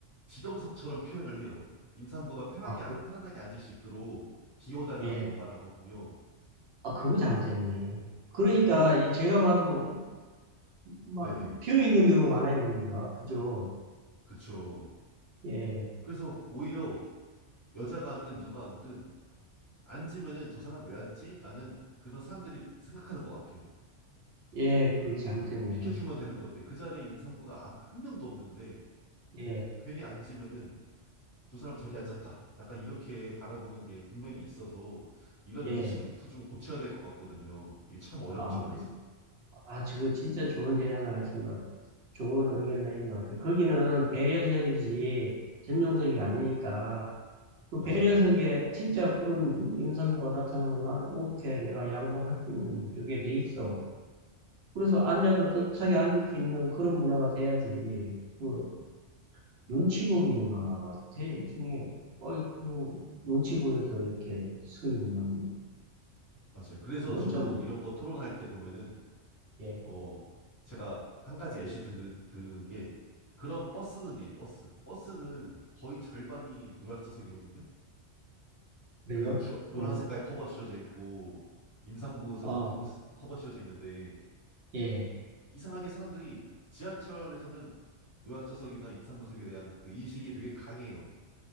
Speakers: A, on the left; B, on the right.
A: 지정석처럼 표현을 해요. 임산부가 편하게,
B: 아, 그,
A: 편안하게 앉을 수 있도록 비워달라고
B: 예.
A: 말하거든요.
B: 아, 그거 잘못됐네. 그러니까
A: 그러니까 그
B: 이 제가
A: 상,
B: 봐도 막
A: 네네.
B: 비어 있는 경우 많아요, 거기가. 그죠?
A: 그쵸.
B: 예.
A: 그래서 오히려 여자가 앉든 누가 앉든 앉으면은 저 사람 왜 앉지? 라는 그런 사람들이 생각하는 것 같아요.
B: 예, 그게 잘못됐네.
A: 예, 비켜주면 되는 건데 그 자리에 임산부가 암- 한 명도 없는데
B: 예,
A: 괜히 앉으면은 두 사람 저기 앉았다. 약간 이렇게 바라보는 게 분명히 있어서 이런
B: 예.
A: 인식부터 좀 고쳐야 될 것 같거든요. 이게 참 어렵죠,
B: 아,
A: 그래서.
B: 그, 아, 저거 진짜 좋은 제안을 하신 것 같아요. 좋은 의견을 내신 것 같아요. 거기는 배려석이지 전용석이 아니니까. 그
A: 맞아요.
B: 배려석에 진짜 그런 임산부가 나타나면 나는 오케이, 내가 양보할 수 있는 저게 돼 있어. 그래서 앉아도 떳떳하게 앉을 수 있는 그런 문화가 돼야지. 그 눈치 보기 문화가 돼, 일종의. 어이, 그 눈치 보여서 이렇게 서 있는
A: 맞아요. 그래서
B: 그건
A: 저도
B: 좀.
A: 이런 거 토론할 때 보면은,
B: 예.
A: 어, 제가 한 가지 예시 듣는, 들은 게 그런 버스는 이에요, 버스. 버스는 거의 절반이 노약자석이거든요.
B: 그래요?
A: 그 주, 노란
B: 음.
A: 색깔 커버 씌워져 있고 임산부석은
B: 아,
A: 분홍색 커버 씌워져 있는데
B: 예,
A: 이상하게 사람들이 지하철에서는 노약자석이나 임산부석에 대한 그 인식이 되게 강해요.